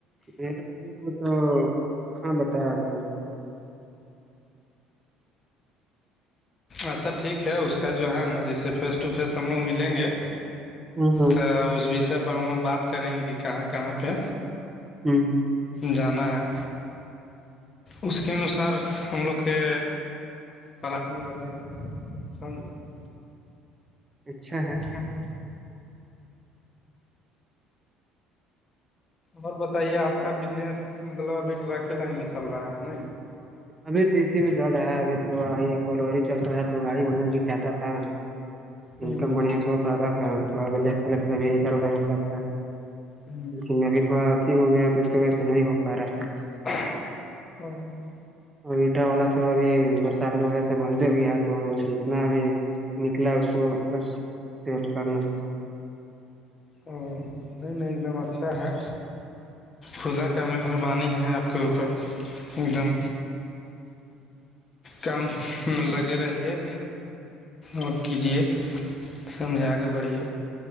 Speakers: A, on the right; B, on the left.
A: میرے ند کو تو ہاں بتیا آپ کو
B: اچھا ٹھیک ہے اس کا جو ہے نا جیسے فیس ٹو فیس ہم لوگ ملیں گے
A: ہاں
B: تو اس وشے پر ہم لوگ بات کریں گے کہ کہاں کہاں پہ
A: <inaudible>
B: جانا ہے اس کے انسار ہم لوگ کہ پلاننگ رہے گا سمجھ گے
A: اچھا ہے
B: اچھا <inaudible> اور بتائیے آپ کا بزنس مطلب ابھی ٹرک کے لائن میں چل رہا ہے نا
A: ابھی تو اسی میں چل رہا ہے ابھی تو آئی کولی چل رہا تھا تو گاڑی بڑھان کے چاہتا تھا
B: ہوں
A: انکم بڑھیا سے ہوتا تھا تھوڑا سیکس ویکس اب ادھر ادھر ہوتا تھا
B: ہوں
A: لیکن ابھی تھوڑا اھی ہو گیا تو اس کی وجہ سے نہیں ہو پا رہا ہے
B: <unintelligible>
A: اور اٹا والا تو ابھی برسات کی وجہ سے بند ہی ہو گیا تو جتنا ابھی نکلا اس کو بس سیل کرنا ہے
B: نہیں نہیں ایک دم اچھا ہے خدا کا مہربانی ہے آپ کے اوپر ایک دم کام میں لگے رہیے اور کیجیے سمجھا کے بڑھیے